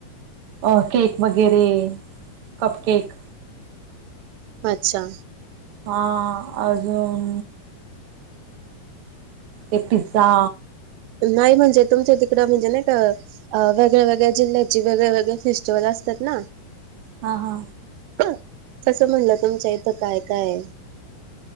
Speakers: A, on the right; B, on the right.
A: अ केक वगैरे कप केक
B: अच्छा
A: हा अजून ते पि्झा
B: नाही म्हणजे तुमच्या तड म्हणजे नाही का वेगळ्या वगळ्या जिल्ह्या वेगळ्या वगळे फेस्टिवल असतात ना
A: हा हा
B: ह कसं म्हणलं तुमच्या इथं काय काय